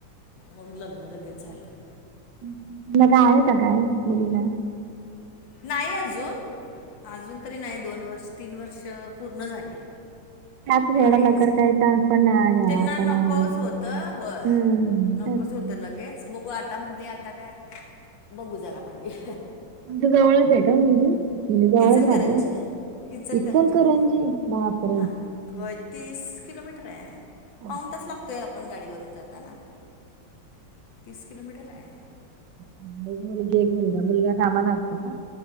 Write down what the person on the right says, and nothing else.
<unintelligible> काय मुलीला
त्याच वेळेला
लवकर काही चान्स पण नाही घ्यावा
आपण
आला.
हम्म
तेच.
म्हणजे जवळच आहे का मुलगी? म्हणजे जवळच
राहते
इचलकरंजी, बापरे!.
अच्छा,
म्हणजे एक मुलगी एक मुलगा मुलगा कामाला आसतो का?